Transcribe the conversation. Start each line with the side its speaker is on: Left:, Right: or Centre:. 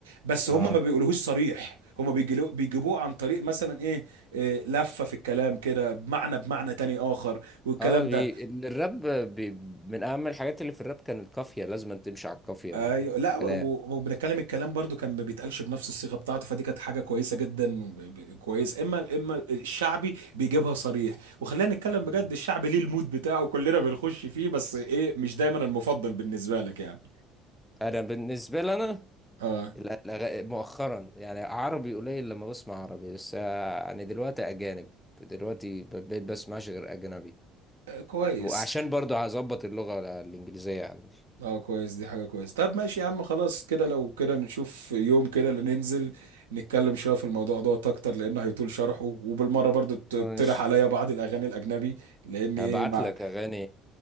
Right: بس
Centre: اه
Right: هم ما بيقولوهوش صريح هم بيجلو- بيجيبوه عن طريق مثلا ايه, إيه لفة في الكلام كده بمعنى بمعنى تاني اخر والكلام
Centre: اه بي...
Right: ده
Centre: الراب بي... من أهم الحاجات اللي في الراب كان القافية لازم أن تمشي على القافية
Right: ايوه
Centre: بقى
Right: لا و-
Centre: الكلام
Right: وبنتكلم الكلام برضو كان ما بيتقالش بنفس الصيغه بتاعته فدي كانت حاجه كويسه جدا وب- ب- كويس اما اما الشعبي بيجيبها صريح وخلينا نتكلم
Centre: مم.
Right: بجد الشعبي ليه المود بتاعه كلنا بنخش فيه بس ايه مش دايما المفضل بالنسبه لك يعني
Centre: أنا بالنسبة لي أنا
Right: اه
Centre: ال- الأغ- مؤخرا يعني عربي قليل لما بسمع عربي بس آه، يعني دلوقتي أجانب دلوقتي ب- بقيت بسمعش غير أجنبي
Right: آه، كويس
Centre: وعشان برضه هظبط اللغة الإنجليزية عندي
Right: اه كويس دي حاجة كويس طب ماشي يا عم خلاص كده لو كده نشوف يوم كده اللي ننزل نتكلم شوية في الموضوع دوت اكتر لانه هيطول شرحه وبالمرة برضو ت- تقترح
Centre: ماشي
Right: عليا بعض الاغاني الاجنبي لان ايه
Centre: ابعت
Right: مع
Centre: لك اغاني